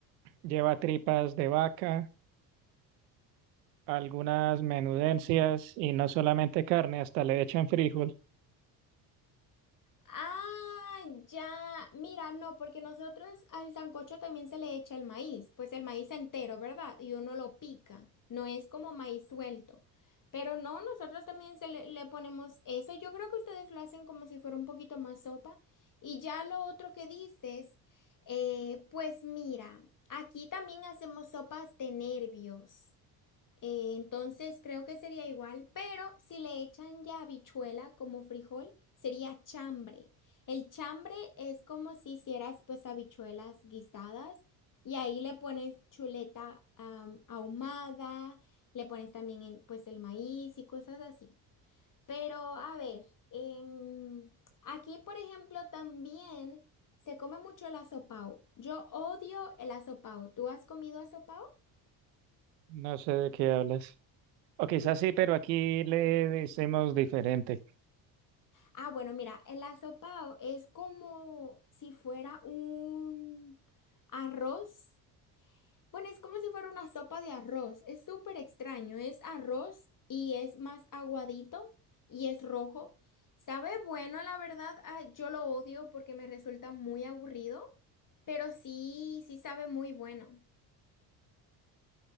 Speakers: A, on the right; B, on the left.
A: lleva tripas de vaca, algunas menudencias y no solamente carne, hasta le echan frijol.
B: Ah, ya. Mira, no, porque nosotros al sancocho también se le echa el maíz. Pues el maíz entero, ¿verdad? Y uno lo pica. No es como maíz suelto. Pero no, nosotros también se le, le ponemos eso. Yo creo que ustedes lo hacen como si fuera un poquito más sopa. Y ya lo otro que dices, eh, pues mira, aquí también hacemos sopas de nervios. Eh, entonces creo que sería igual, pero si le echan ya habichuela como frijol, sería chambre. El chambre es como si hicieras pues habichuelas guisadas y ahí le pones chuleta am, ahumada, le pones también el, pues el maíz y cosas así. Pero a ver, em, aquí por ejemplo también se come mucho el asopao. Yo odio el asopao. ¿Tú has comido asopao?
A: No sé de qué hablas. O quizás
B: <laughs>
A: sí, pero aquí le decimos diferente.
B: Ah, bueno, mira, el asopao es como si fuera un arroz. Bueno, es como si fuera una sopa de arroz. Es súper extraño. Es arroz y es más aguadito y es rojo. Sabe bueno, la verdad, ah, yo lo odio porque me resulta muy aburrido, pero sí, sí sabe muy bueno.